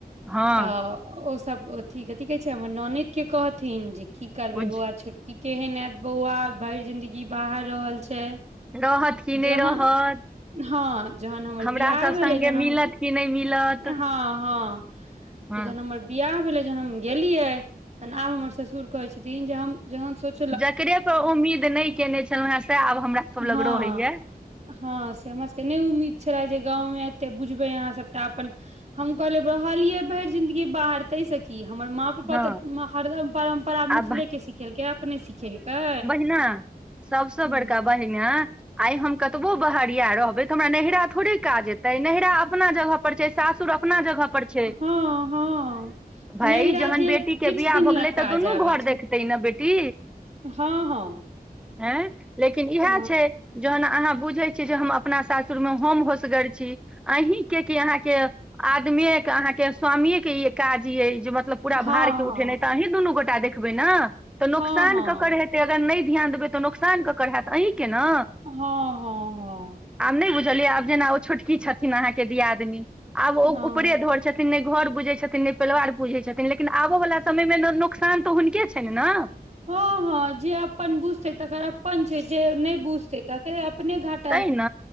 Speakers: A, in the centre; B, on the right.
A: हँ
B: तऽ ओसभ अथी कथी कहै छै हमर ननैद के कहथिन जे की करबै
A: बुझ
B: बौआ छोट क केहन एयत बौआ भरि जिंदगी बाहर रहल छै
A: रहत कि नहि
B: जहन
A: रहत
B: हँ जहन हमर
A: हमरा
B: बियाह
A: सब संगे
B: भेलै तहन
A: मिलत
B: हम
A: कि नहि मिलत
B: हँ हँ
A: हँ
B: तऽ जना बियाह भेलै जहन हम गेलियै तहन आब हमर ससुर कहे छथिन जे हम जहन सोच
A: जकरे पर उम्मीद नहि केने छलहुं हें सह आब हमरा सब लग
B: हँ
A: रहैय
B: हँ से हमर सबके नहि उम्मीद छलए जे गाँव में एते बुझबै अहाँ सभटा अपन हम कहलेब रहलियै भरि जिंदगी बाहर तै सकी कि हमर माँ पप्पा
A: हँ
B: तऽ हरदम परम्परा मिथिलेके
A: आ
B: सिखेलकै अपने सिखेलकै
A: नय सबसँ
B: हँ
A: बड़का बहिन आइ हम कतबो बहरिया रहबै तऽ हमरा नरा थोड़े काज जे एतै नहरा अपना जगह परर छै सासुर अपना जगह पर छै
B: हँ हँ
A: भ
B: नैहरा
A: जहन
B: जे
A: बेटी के
B: किछु
A: बियाह
B: दिन
A: भऽ
B: लए
A: गेलै
B: काज
A: तऽ दुनू
B: आबै
A: घर
B: छै
A: देखतै ने बेटी
B: हँ हँ
A: हँ लेकिन इएह
B: तऽ
A: छै जन अहाँ बुझे छियै जे हम अपना सासुर में हम होसगर छी अहीं के क अहाँके आदमी के अहाँके स्वामी के ई काज ये जे मतलब पूरा
B: हँ
A: भार के उठेनाइ
B: हँ
A: तऽ अही दुनू गोटा देखबै ने तऽ नोकसान
B: हँ हँ
A: ककर हेतै अगर नहि ध्यान देबै तऽ नोकसान कऽकर हैत अहीँके ना
B: हँ हँ हँ
A: आब नय बुझलियै आब जेना ओ छोटकी छथिन अहाँके दियादनी आब
B: हँ
A: ओऊपरे
B: हँ
A: धर छथिन नय घर बुझै छथिन नय परिवार बुझै छथिन लेकिन आबय वला समय मे ने नोकसान तऽ हुनके छ ने
B: हँ हँ जे अपन बुझ तै तकर अपन छै जे नहि बुझते तकर अपने घाट
A: तैं ने